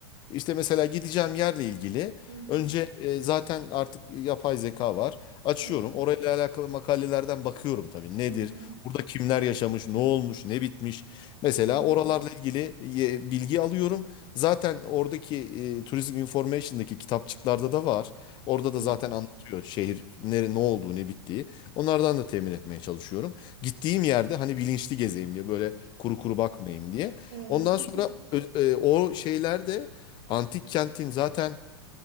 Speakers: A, on the left; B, on the right.
A: İşte mesela gideceğim yerle ilgili
B: Hı hı.
A: önce e, zaten artık yapay zeka var. Açıyorum.
B: Evet.
A: Orayla alakalı makalelerden bakıyorum tabii. Nedir?
B: Hı hı.
A: Burada kimler yaşamış? Ne olmuş? Ne bitmiş? Mesela
B: Hı hı.
A: oralarla ilgili e, bilgi alıyorum. Zaten oradaki e, Tourism Information'daki kitapçıklarda da var. Orada
B: Evet.
A: da zaten anlatıyor şehir nere, ne olduğu ne bittiği. Onlardan da temin etmeye çalışıyorum. Gittiğim yerde hani bilinçli gezeyim diye böyle kuru kuru bakmayayım diye.
B: Evet.
A: Ondan sonra
B: <laughs>
A: ö- e, o şeylerde antik kentin zaten